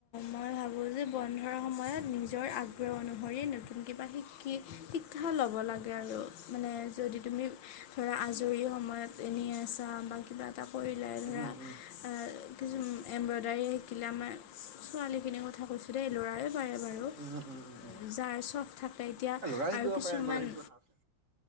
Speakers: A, on the left (about 75°); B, on the right (about 45°).
A: মই ভাবোঁ যে বন্ধৰ সময়ত নিজৰ আগ্ৰহ অনুসৰি নতুন কিবা শিকিবলৈ কি শিক্ষা ল'ব লাগে আৰু, মানে যদি তুমি ধৰা আজৰি সময়ত এনেই আছা, বা কিবা এটা পৰিলে ধৰা
B: উম উম
A: কিছু এম্ব্ৰডাৰী শিকিলে, আমাৰ ছোৱালীখিনিৰ কথা কৈছোঁ দেই। ল'ৰাৰ কৰে বাৰু,
B: উম উম উম উম
A: যাৰ চখ থাকে। এতিয়া
B: এ ল'ৰাই শিকিব
A: আৰু কিছুমান
B: পাৰে এম্ব্ৰইডাৰী কি কথা আছে।